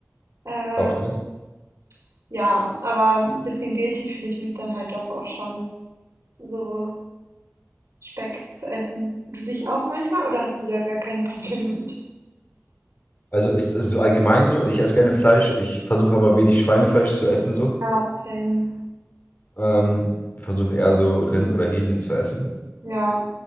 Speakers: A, on the right; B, on the left.
A: Ähm,
B: Auch das.
A: Ja, aber 'n bisschen guilty fühle ich mich dann halt doch auch schon, so Speck zu essen. Du dich auch manchmal oder hast du da gar kein <laughs> Problem mit?
B: Also, ich, so allgemein so, ich esse gerne Fleisch. Ich versuche aber wenig Schweinefleisch zu essen so.
A: Ja, same.
B: Ähm, versuche eher so Rind oder Hähnchen zu essen.
A: Ja,